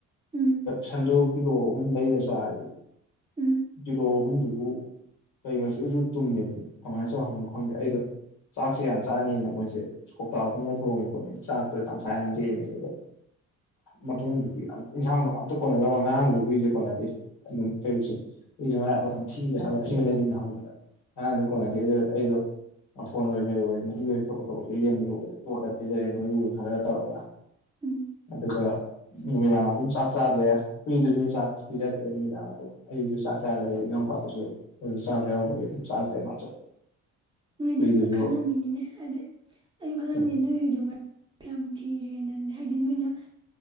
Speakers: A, on the right; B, on the left.
A: ꯎꯝ
B: ꯁꯟꯗꯣ ꯀꯤꯂꯣ ꯑꯍꯨꯝ ꯂꯩꯔ ꯆꯥꯔꯤ
A: ꯎꯝ
B: ꯀꯤꯂꯣ ꯑꯍꯨꯝꯗꯨꯕꯨ ꯀꯩꯅꯣꯁꯨꯁꯨ ꯇꯨꯝꯃꯦꯃꯤ ꯀꯃꯥꯏꯅ ꯆꯥꯎꯅꯣ ꯈꯪꯗꯦ ꯑꯩꯗꯣ ꯆꯥꯛꯁꯦ ꯌꯥꯝ ꯆꯥꯅꯤꯅ ꯃꯣꯏꯁꯦ ꯀꯧꯇꯥ ꯑꯍꯨꯝꯒ ꯊꯣꯡꯉꯦ ꯈꯣꯠꯅꯤ ꯆꯥꯛꯇꯣ ꯇꯪꯈꯥꯏ ꯑꯃ ꯂꯦꯝꯃꯦ ꯑꯗꯨꯒ ꯃꯇꯨꯡꯗꯨꯗꯤ ꯏꯟꯁꯥꯡꯗꯣ ꯑꯝꯇ ꯀꯣꯟꯅꯗꯕ ꯉꯔꯥꯡꯁꯨ ꯍꯨꯏꯁꯦ ꯀꯣꯟꯅꯗꯦ ꯑꯗꯨꯝ ꯑꯌꯨꯛꯁꯦ ꯍꯨꯏꯁꯦ ꯃꯔꯥꯕꯛ ꯑꯗꯨꯝ ꯊꯤꯔꯦ ꯍꯥꯏꯕ ꯑꯩꯒ ꯂꯩꯃꯤꯟꯅꯗ ꯉꯔꯥꯡꯁꯨ ꯀꯣꯟꯅꯗꯦ ꯑꯗꯨ ꯑꯩꯗꯣ ꯐꯣꯟꯑꯣꯏ ꯀꯩꯑꯣꯏ ꯃꯍꯤ ꯑꯣꯏ ꯀꯕꯥꯛ ꯀꯕꯥꯛ ꯂꯦꯝꯕꯗꯣ ꯑꯣꯏꯅ ꯇꯣꯠꯂꯒ ꯄꯤꯖꯔꯦ ꯃꯔꯨ ꯈꯜꯔꯒ ꯇꯧꯔꯒ
A: ꯎꯝ
B: ꯑꯗꯨꯒ ꯅꯨꯃꯤꯗꯥꯡ ꯑꯗꯨꯝ ꯆꯥꯛ ꯆꯥꯗ꯭ꯔꯦ ꯍꯨꯏꯗꯁꯨ ꯆꯥꯛ ꯄꯤꯖꯗ꯭ꯔꯦ ꯅꯨꯃꯤꯗꯥꯡ ꯑꯗꯨꯝ ꯑꯩꯨꯁꯨ ꯆꯥꯛ ꯆꯥꯗ꯭ꯔꯦ ꯏꯅꯥꯎꯄꯥꯗꯨꯁꯨ ꯑꯗꯨ ꯆꯥꯕ ꯌꯥꯎꯕꯒꯤ ꯑꯗꯨꯝ ꯆꯥꯗ꯭ꯔꯦ ꯃꯥꯁꯨ
A: ꯅꯣꯏꯗ
B: ꯍꯨꯏꯗꯨꯁꯨ
A: ꯈꯜꯂꯝꯃꯤꯅꯤꯅꯦ ꯍꯥꯏꯗꯤ ꯑꯩꯁꯨ ꯈꯜꯂꯝꯃꯤꯅꯦ
B: ꯎꯝ
A: ꯅꯣꯏ ꯍꯨꯏꯗꯣ ꯃꯔꯥꯏꯕꯛ ꯌꯥꯝ ꯊꯤꯌꯦꯅ ꯅ ꯍꯥꯏꯗꯤ ꯅꯣꯏꯅ